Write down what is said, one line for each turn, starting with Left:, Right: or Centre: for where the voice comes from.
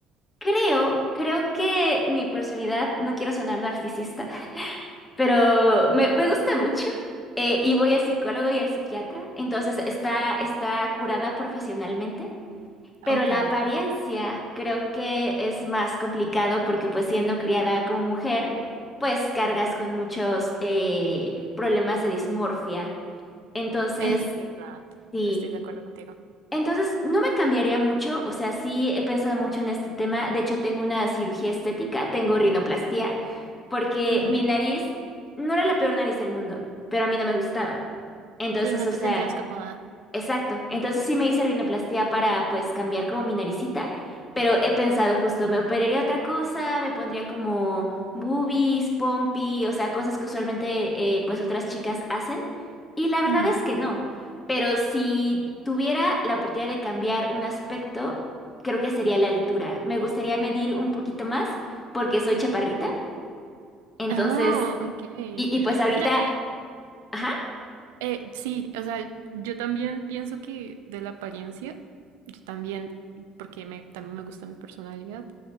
Left: creo, creo que mi personalidad, no quiero sonar narcisista, <laughs> pero me, me gusta mucho eh, y voy al psicólogo y al psiquiatra, entonces está, está curada profesionalmente, pero
Right: Ok.
Left: la apariencia creo que es más complicado porque pues siendo criada como mujer, pues cargas con muchos eh, problemas de dismorfia. Entonces,
Right: Es verdad,
Left: sí.
Right: estoy de acuerdo contigo.
Left: Entonces, no me cambiaría mucho, o sea, sí he pensado mucho en este tema, de hecho tengo una cirugía estética, tengo rinoplastia porque
Right: Ujú.
Left: mi nariz no era la peor nariz del mundo, pero a mí no me gustaba. Entonces,
Right: Sí, no
Left: o
Right: te
Left: sea,
Right: sentías cómoda.
Left: Exacto. Entonces sí me hice rinoplastia para pues cambiar como mi naricita, pero he pensado justo, me operaría otra cosa, me pondría como boobies, pompi, o sea, cosas que usualmente eh, pues otras chicas hacen. Y la verdad
Right: Ujú.
Left: es que no. Pero si tuviera la oportunidad de cambiar un aspecto, creo que sería la altura. Me gustaría medir un poquito más porque soy chaparrita. Entonces,
Right: Ah, ok.
Left: y, y pues ahorita,
Right: Mira que,
Left: ajá,
Right: eh, sí, o sea, yo también pienso que de la apariencia, yo también, porque me, también me gusta mi personalidad.